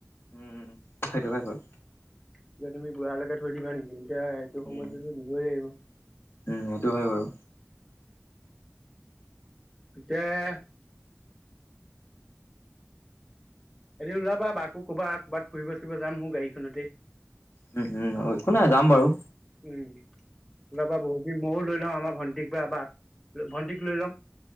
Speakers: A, on the left (about 55°); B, in the centre.
A: উম সেইটো হয় বাৰু
B: এতিয়া তুমি বুঢ়ালৈকে থৈ দিবা নেকি, এতিয়া এইটো সময়টোতো
A: উম
B: দিবই লাগিব।
A: উম, সেইটো হয় বাৰু।
B: <unintelligible> এদিন ওলাবা বাকো ক'বা, ক'ৰবাত ফুৰিব চুৰিব যাম মোৰ গাড়ী খনতেই।
A: উম, উম, একো নাই যাম বাৰু।
B: উম, যাবা বহুত দিন মইও লৈ ল'ম আমাৰ ভণ্টিক বা বাক, ভণ্টিক লৈ ল'ম।